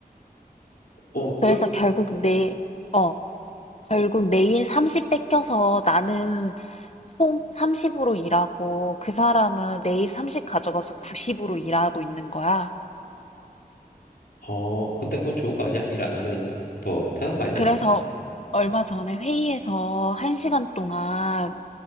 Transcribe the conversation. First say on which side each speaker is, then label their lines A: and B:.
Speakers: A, on the left; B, on the left.
A: 어, 그,
B: 그래서 결국 내, 어, 결국 내일 30 뺏겨서 나는 총 30으로 일하고 그 사람은 내일 30 가져가서 90으로 일하고 있는 거야.
A: 어, 근데 그건 좋은 거 아니야? 일 안 하면 더 편한 거 아니야?
B: 그래서 얼마 전에 회의에서 한시간 동안